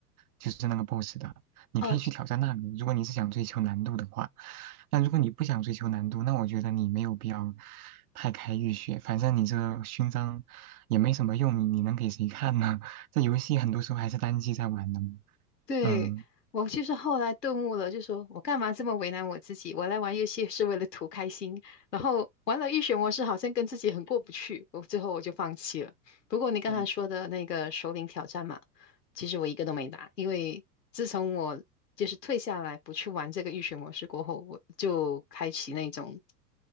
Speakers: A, on the right (about 65°); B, on the left (about 80°).
A: 就是那个 BOSS 的。你可以去挑战那里，
B: 呃，
A: 如果你是想追求难度的话。但如果你不想追求难度，那我觉得你没有必要太开浴血，反正你这勋章也没什么用，你你能给谁看呢？<laughs> 这游戏很多时候还是单机在玩的嘛。
B: 对，
A: 嗯
B: 我就是后来顿悟了，就说我干嘛这么为难我自己？我来玩游戏是为了图开心，然后玩了预血模式，好像跟自己很过不去，我最后我就放弃了。不过你刚才说的那个首领挑战嘛，
A: 嗯
B: 其实我一个都没打，因为自从我就是退下来不去玩这个预血模式过后，我就开启那种